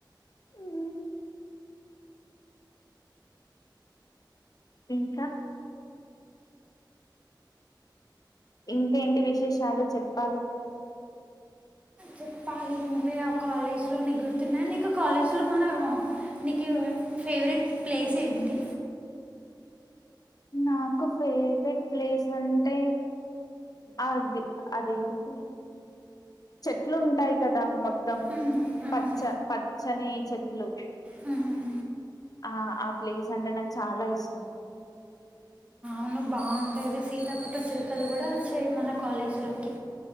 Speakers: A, on the left; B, on the right.
A: హ్మ్. ఇంకా ఇంకేంటి విశేషాలు చెప్పాలి
B: చెప్పాలి నువ్వే ఆ కాలేజ్లో ని గుర్తున్నా నీకు కాలేజ్లో మన నీకు ఫేవరెట్ ప్లేస్ ఏంటి
A: నాకు ఫేవరెట్ ప్లేస్ అంటే అది అదేంటి చెట్లు ఉంటాయి కదా మొత్తం
B: హ్మ్. హ్మ్.
A: పచ్చ పచ్చని చెట్లు
B: హ్మ్.
A: ఆ ఆ ప్లేస్ అంటే నాకు చాలా ఇష్టం
B: ఆ బాగుండేది సీతాకోక చిలుకలు కూడా వచ్చాయి మన కాలేజీలోకి